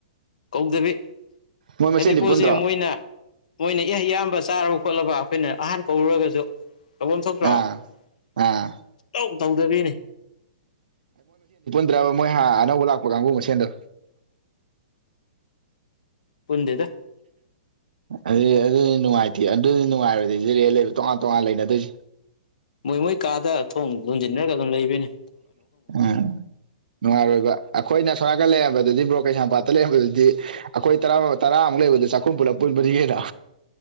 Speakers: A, on the left (about 65°); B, on the right (about 80°).
A: ꯀꯧꯗꯕꯤ
B: ꯃꯣꯏ ꯃꯁꯦꯟꯗꯤ
A: ꯍꯥꯏꯗꯤ ꯄꯣꯠꯁꯤ
B: ꯄꯨꯟꯗ꯭ꯔꯣ
A: ꯃꯣꯏꯅ ꯃꯣꯏꯅ ꯏꯍ ꯏꯌꯥꯝꯕ ꯆꯥꯔꯕ ꯈꯣꯠꯂꯕ ꯑꯩꯈꯣꯏꯅ ꯑꯍꯥꯟ ꯀꯧꯔꯨꯔꯒꯁꯨ ꯇꯧꯕꯝ ꯊꯣꯛꯇ꯭ꯔꯣ
B: ꯑꯥ
A: <unintelligible>
B: ꯑꯥ
A: ꯇꯧ ꯇꯧꯗꯕꯤꯅꯤ
B: <unintelligible> ꯗ꯭ꯔꯤꯔꯥꯕ ꯃꯣꯏ ꯍꯥ ꯑꯅꯧꯕ ꯂꯥꯛꯄ ꯀꯥꯡꯕꯨ ꯃꯁꯦꯟꯗꯣ
A: ꯄꯨꯟꯗꯦꯗ
B: <inaudible> ꯑꯗꯨ ꯑꯗꯨꯗꯤ ꯅꯨꯡꯉꯥꯏꯇꯦ ꯑꯗꯨꯗꯤ ꯅꯨꯡꯉꯥꯏꯔꯣꯏꯗꯣꯏ ꯖꯦ ꯔꯦꯟ ꯂꯩꯕ ꯇꯣꯉꯥꯟ ꯇꯣꯉꯥꯟ ꯂꯩꯅꯗꯣꯏꯖꯦ
A: ꯃꯣꯏ ꯃꯣꯏ ꯀꯥꯗ ꯊꯣꯡ ꯂꯣꯟꯖꯤꯟꯅꯔꯒ ꯑꯗꯨꯝ ꯂꯩꯕꯤꯅꯤ
B: ꯎꯝ ꯅꯨꯡꯉꯥꯏꯔꯣꯏꯕ ꯑꯩꯈꯣꯏꯅ ꯁꯣꯔꯥ <unintelligible> ꯂꯩꯔꯝꯕꯗꯨꯗꯤ ꯕ꯭ꯔꯣ ꯀꯩꯁꯥꯝꯄꯥꯠꯇ ꯂꯩꯔꯝꯕꯗꯨꯗꯤ ꯑꯩꯈꯣꯏ ꯇꯔꯥ ꯇꯔꯥꯃꯨꯛ ꯂꯩꯕꯗꯨ ꯆꯥꯛꯈꯨꯝ ꯄꯨꯂꯞ ꯄꯨꯟꯕꯅꯤ ꯀꯩꯅꯣ